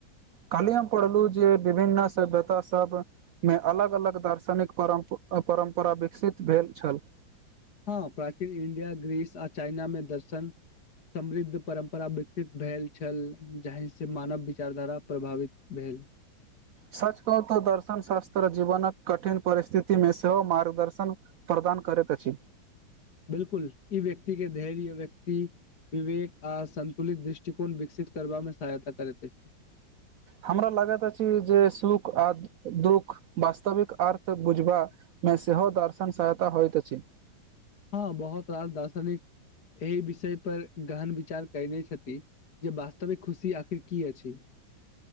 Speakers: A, on the right (about 90°); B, on the left (about 55°).
A: कल्ही हम पढ़लू जे विभिन्न सभ्यता सब मे अलग अलग दार्शनिक परम परम्परा विकसित भेल छल
B: हँ प्राचीन इंडिया ग्रीस आ चाइना मे दर्शन समृद्ध परम्परा विकसित भेल छल जाहिसे मानव विचारधारा प्रभावित भेल
A: सच कहू तऽ दर्शन शास्त्र जीवनक कठिन परिस्थिति मे सेहो मार्गदर्शन प्रदान करैत अछि
B: बिलकुल ई व्यक्ति के धैर्य व्यक्ति विवेक आ सन्तुलित दृष्टिकोण विकसित करबा मे सहायता करैत अछि
A: हमरा लागत अछि जे सुख आ दुःख वास्तविक अर्थ बुझबा मे सेहो दर्शन सहायता होइत अछि
B: हँ बहुत रास दार्शनिक एहि विषय पर गहन विचार कयने छथि जे वास्तविक खुशी आखिर की अछि